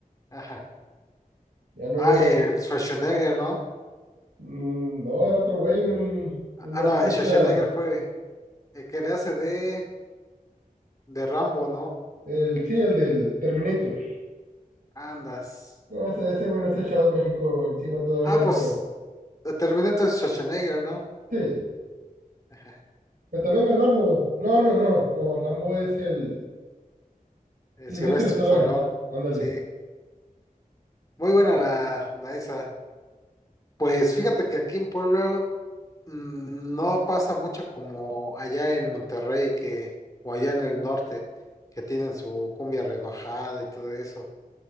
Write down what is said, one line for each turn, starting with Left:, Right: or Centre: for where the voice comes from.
Left: ajá.
Right: Ya no
Left: Ah,
Right: volvió.
Left: el
Right: a te-
Left: Schwarzenegger, ¿no?
Right: Mm, No, era otro güey, un,
Left: Ah,
Right: un artista,
Left: no, el Schwarzenegger fue el que le hace de, de Rambo, ¿no?
Right: el sí, el del Terminator.
Left: Andas.
Right: No, ese, ese güey no se echado México encima todavía,
Left: Ah, pues
Right: pero
Left: Terminator es Schwarzenegger, ¿no?
Right: sí.
Left: Ajá.
Right: Pues también es Rambo. No, no, no, no, Rambo es el
Left: El
Right: Silvestre
Left: silvestre
Right: Salón.
Left: Stallone,
Right: Ándale.
Left: sí. Muy buena la, la esa. Pues fíjate que aquí en Puebla Mm, No pasa mucho como allá en Monterrey que, o allá en el norte, que tienen su cumbia rebajada y todo eso.